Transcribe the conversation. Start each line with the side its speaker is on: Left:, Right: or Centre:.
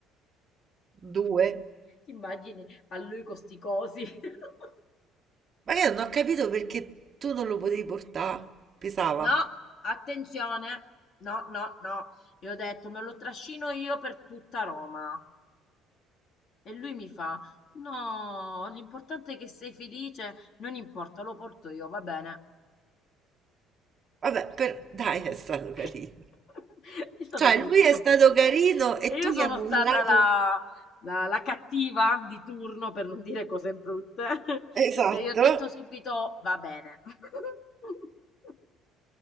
Right: Due?
Left: Ti immagini a lui con sti cosi? <laughs>
Right: Ma io non ho capito perché tu non lo potevi portare. Pesava.
Left: No, attenzione. No, no, no. Io ho detto, me lo trascino io per tutta Roma. E lui mi fa, no, l'importante è che sei felice. Non importa, lo porto io, va bene.
Right: Vabbè, per- dai, è stato carino.
Left: <laughs> È stato
Right: Cioè,
Left: carino.
Right: lui è stato carino e
Left: E io
Right: tu gli
Left: sono
Right: hai mollato.
Left: stata la, la- la cattiva di turno, per non dire cose brutte, <laughs>
Right: Esatto.
Left: che gli ho detto subito va bene. <laughs>